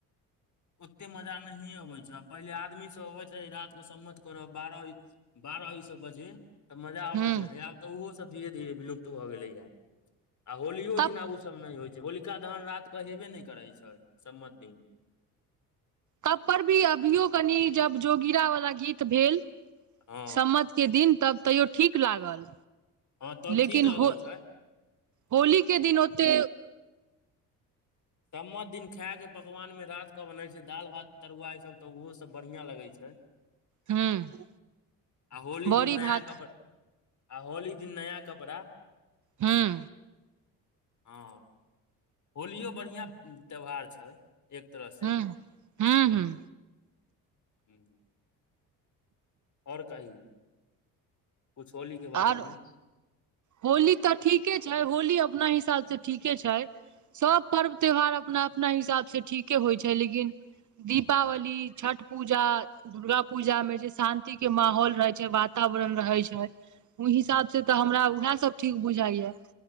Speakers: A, on the left; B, on the right.
A: ओते मजा नहिए अबैत छै, पहिले आदमी सब अबैत रही राइत कऽ सम्मत करऽ बारह बारह ई सब बजे तऽ मजा आबैत
B: हूं
A: रहै, आब तऽ ओहो सब धीरे-धीरे विलुप्त भऽ गेलैय हे। आ होलियो
B: तब
A: दिना ओसभ नहि होइ छै, होलिका दहन राइत कऽ हेबे नहि करैत छै सम्मत दिन।
B: तब पर भी अभियो कनि जब जोगिरा वालला गीत भेल।
A: हँ
B: सम्मत के दिन तब तैयो ठीक लागल।
A: हँ तब
B: लेकिन
A: ठीक लगै
B: हो-
A: छै
B: होली के दिन होते
A: सम्मत दिन खाय के पकवान मे रात क बनै छै, दाल भात तरुआ ई सब तऽ ओहो सब बढ़ियां लगै छै।
B: हूं
A: आ होली
B: बड़ी
A: दिन
B: भात
A: नया कपड़ आ होली दिन नया कपड़ा।
B: हूं।
A: हँ। होलियो बढ़ियां त्यौहार छै। एक तरह से
B: हँ- हूं- हूं।
A: हूँ। और कही, कुछ होली के
B: आर
A: बारे में।
B: होली तऽ ठीके छै, होली अपना हिसाब सँ ठीके छै। सभ पर्व त्योहार अपना -अपना हिसाबसँ ठीके होइ छै, लेकिन दीपावली, छठ पूजा। दुर्गा पूजा मे जे शान्ति के माहौल रहै छै वातावरण रहै छै। ओहि हिसाब से तऽ हमरा उएह सभ ठीक बुझाइया।